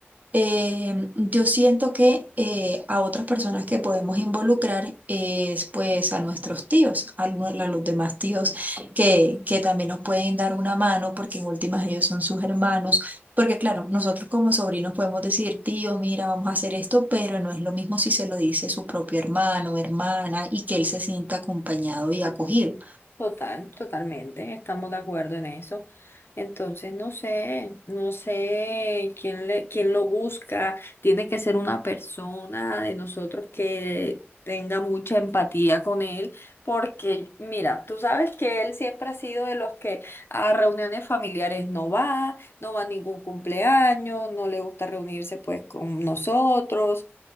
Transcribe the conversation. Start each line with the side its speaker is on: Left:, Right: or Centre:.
Right: Eh, yo siento que eh, a otras personas que podemos involucrar es pues a nuestros tíos, a, lo- a los demás tíos que, que también nos pueden dar una mano porque en últimas ellos son sus hermanos, porque claro, nosotros como sobrinos podemos decir, tío, mira, vamos a hacer esto, pero no es lo mismo si se lo dice su propio hermano, hermana y que él se sienta acompañado y acogido.
Left: Total, totalmente, estamos de acuerdo en eso. Entonces, no sé, no sé quién le, quién lo busca. Tiene que ser una persona de nosotros que tenga mucha empatía con él, porque mira, tú sabes que él siempre ha sido de los que a reuniones familiares no va, no va a ningún cumpleaños, no le gusta reunirse pues con nosotros.